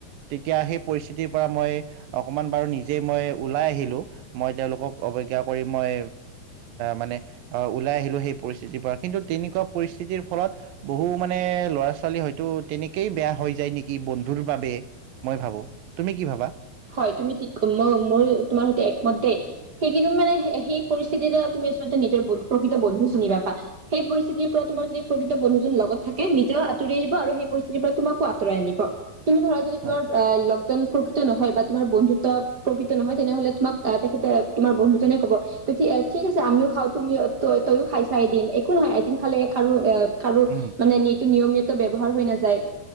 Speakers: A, on the right (about 70°); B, on the right (about 40°).
A: তেতিয়া সেই পৰিস্থিতিৰ পৰা মই অকণমান বাৰু নিজে মই ওলাই আহিলোঁ মই তেওঁলোকক অৱজ্ঞা কৰি মই মানে ওলাই আহিলোঁ সেই পৰিস্থিতিৰ পৰা কিন্তু তেনেকুৱা পৰিস্থিতিৰ ফলত বহু মানে ল'ৰা ছোৱালী হয়তো তেনেকেই বেয়া হৈ।। য নেকি বন্ধুৰ বাবে মই ভাবো তুমি কি ভাবা?
B: হয় তুমি ঠিক ম মইয়ো তোমাৰ সৈতে একমত দেই সেইখিনি মানে সেই পৰিস্থিতিৰ দ তুমি আচলতে নিজৰ প্ৰকৃত বন্ধু চিনি নাপা সেই পৰিস্থিতিৰ পৰা তোমাৰ যদি প্ৰকৃত বন্ধুজন লগত থাকে নিজেও আঁতৰি আহিব আৰু সেই পৰিস্থিতিৰ পৰা তোমাকো আঁতৰাই আনিব। তুমি ধৰা যদি তোমাৰ
A: হয়
B: আ লগজন। প্ৰকৃত নহয়। বা তোমাৰ বন্ধুত্ব প্ৰকৃত নহয় তেনেহলে তোমাক তেখেতে তোমাৰ বন্ধুজনে কব ত ঠিক আছে আমিও খাওঁ তুমি ত তইয়ও খাইছা এদিন একো নহয় এদিন খালে খাৰো এ খালো
A: উম,
B: মানে নি নিয়মিত- ব্যহাৰ হৈ নাযায়